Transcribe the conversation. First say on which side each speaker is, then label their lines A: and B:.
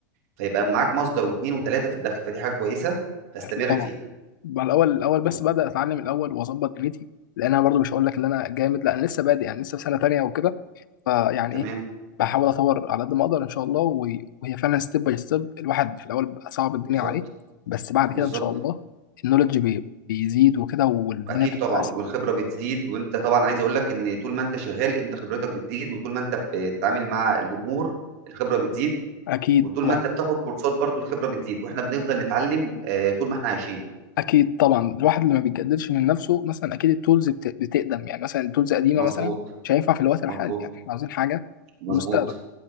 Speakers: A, on the right; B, on the left.
A: فيبقى معاك مصدر واثنين وثلاثه في الدخل فدي حاجه كويسه فاستمر
B: اكيد طبعا
A: فيها
B: بقى الاول الاول بس بدا اتعلم الاول واظبط دنيتي لان انا برضو مش هقول لك ان انا جامد لا انا لسه بادئ يعني لسه في سنه تانيه وكده فيعني
A: تمام
B: ايه بحاول اطور على قد ما اقدر ان شاء الله و- وهي فعلا ستيب باي ستيب الواحد في الاول بيبقى صعب الدنيا
A: بالظبط
B: عليه بس بعد
A: بالظبط
B: كده ان شاء الله النولج بي- بيزيد وكده والدنيا
A: اكيد
B: بتبقى
A: طبعا
B: اسهل
A: والخبره بتزيد وانت طبعا عايز اقول لك ان طول ما انت شغال انت خبرتك بتزيد وطول ما انت بتتعامل مع الجمهور الخبره بتزيد
B: اكيد
A: وطول
B: طبعا
A: ما انت بتاخد كورسات برضو الخبرة بتزيد واحنا بنفضل نتعلم آه، طول ما احنا عايشين
B: اكيد طبعا الواحد اللي ما بيتجددش من نفسه مثلا اكيد التولز بت- بتقدم يعني مثلا التولز قديمه
A: مظبوط
B: مثلا مش هينفع في الوقت
A: مظبوط
B: الحالي يعني احنا عاوزين حاجه
A: مظبوط
B: في المستقبل